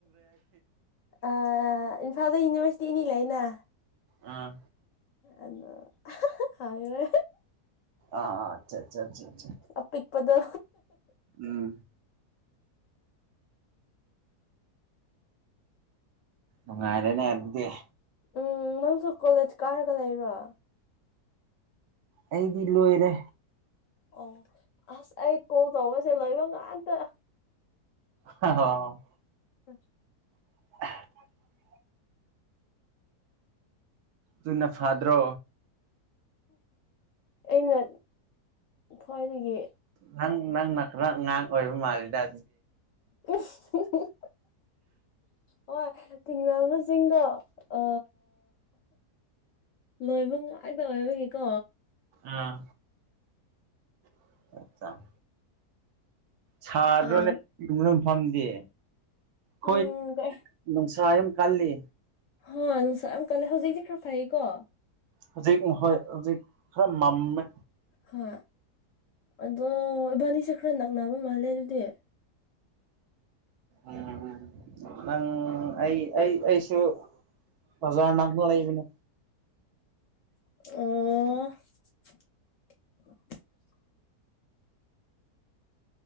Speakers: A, on the left; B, on the right.
A: ꯑ ꯏꯝꯐꯥꯜꯗ ꯌꯨꯅꯤꯚꯔꯁꯤꯇꯤ ꯏꯅꯤ ꯂꯩꯅ
B: ꯑꯥ
A: ꯑꯗꯣ ꯍꯥꯏꯦ
B: ꯑꯥ ꯑꯆꯥ ꯑꯆꯥ
A: ꯑꯄꯤꯛꯄꯗꯣ
B: ꯎꯝ ꯎ ꯉꯥꯏꯔꯦꯅꯦꯗꯤꯦ
A: ꯎꯝ ꯅꯪꯁꯨ ꯀꯣꯂꯦꯖ ꯀꯥꯔꯒ ꯂꯩꯕ꯭ꯔꯣ
B: ꯑꯩꯗꯤ ꯂꯣꯏꯔꯦ
A: ꯑꯣ ꯑꯁ ꯑꯩ ꯀꯣꯜ ꯇꯧꯕꯁꯦ ꯂꯣꯏꯕ ꯉꯥꯛꯇ
B: ꯍ
A: ꯑ
B: <unintelligible> ꯇꯟꯅ ꯐꯥꯗ꯭ꯔꯣ
A: ꯑꯩꯅ ꯈ꯭ꯋꯥꯏꯗꯒꯤ
B: ꯅꯪ ꯅꯪ ꯅꯪ ꯅꯪ ꯑꯣꯏꯔ ꯃꯥꯜꯗꯦ
A: <unintelligible> ꯍꯣꯏ ꯊꯤꯡꯅꯕꯁꯤꯡꯗꯣ ꯑ ꯂꯣꯏꯕ ꯉꯥꯛꯇ ꯑꯣꯏꯕꯒꯤꯀꯣ
B: ꯑꯥ <unintelligible> ꯆꯥꯛ ꯁꯥꯗ꯭ꯔꯣ
A: ꯑꯥ
B: <unintelligible> ꯅꯣꯏ <unintelligible> ꯐꯝꯗꯤ ꯍꯣꯏ
A: ꯎꯝ ꯀꯩ
B: ꯅꯨꯡꯁꯥ ꯌꯥꯝ ꯀꯜꯂꯤ
A: ꯍ ꯅꯨꯡꯁꯥ ꯌꯥꯝ ꯀꯜꯂꯦ ꯍꯧꯖꯤꯛꯇꯤ ꯈꯔ ꯐꯩꯑꯦꯀꯣ
B: ꯍꯧꯖꯤꯛ ꯃꯍꯣꯏ ꯍꯧꯖꯤꯛ ꯈꯔ ꯃꯝꯃꯦ
A: ꯍꯥ ꯑꯗꯣ ꯏꯕꯥꯟꯅꯤꯁꯦ ꯈꯔ ꯅꯛꯅꯕ ꯃꯥꯜꯂꯦ ꯑꯗꯨꯗꯤ
B: <inaudible> ꯑꯥ ꯅꯪ ꯑꯩ ꯑꯩ ꯑꯩꯁꯨ ꯄꯖꯥꯔ ꯅꯛꯄ ꯂꯩꯕꯅꯦ
A: ꯑꯣ